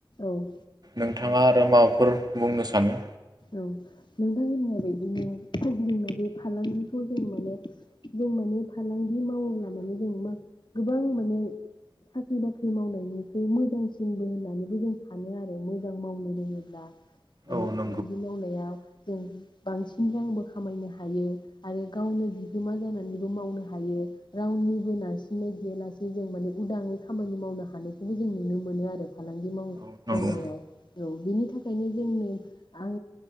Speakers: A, on the left; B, on the right.
A: औ
B: नोंथाङा आरो माबाफोर बुंनो सानो
A: औ नोंथांमोनहा बेदिनो जोंनाव बे फालांगिखौ जों माने जों माने फालांगि मावोब्ला माने जों मा गोबां माने साख्रि बाख्रि मावनायनिख्रुइ मोजांसिनबो होननानैबो जों सानो आरो मोजां मावनो रोङोब्ला माने
B: औ नो
A: फालांगि मावनायाव जों बांसिन रांबो खामायनो हायो आरो गावनो बिगोमा जानानैबो मावनो हायो रावनिबो नारसिननाय गैयालासे जों माने उदाङै खामानि मावनो हानायखौबो जों नुनो मोनो आरो फालांगि मावनो मावनायाव
B: औ नंगौ
A: औ बिनि थाखायनो जोंनो आं